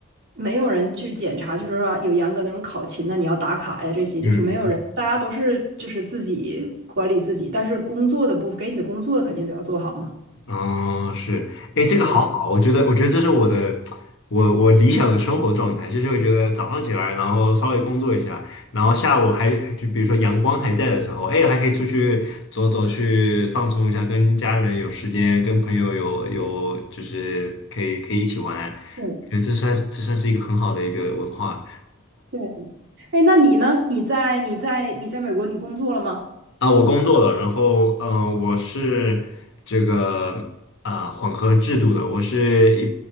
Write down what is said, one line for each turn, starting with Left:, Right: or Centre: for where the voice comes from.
Right: 没有人去检查，就是说有严格那种考勤呐，你要打卡呀这些，
Left: 嗯。
Right: 就是没有人，大家都是就是自己管理自己，但是工作的部分给你的工作肯定都要做好嘛。
Left: 嗯，是，哎，这个好好，
Right: 对
Left: 我觉得，我觉得这是我的，我我理想的生活状态，就是我觉得早上起来，然后稍微工作一下，然后下午还就比如说阳光还在的时候，哎，还可以出去走走，去放松一下，跟家人有时间，跟朋友有有就是可以可以一起玩，我觉得这算这算是一个很好的一个文化。
Right: 对对，哎，那你呢？你在你在你在美国你工作了吗？
Left: 啊，我工作了，然后嗯，我是这个啊、混合制度的，我是一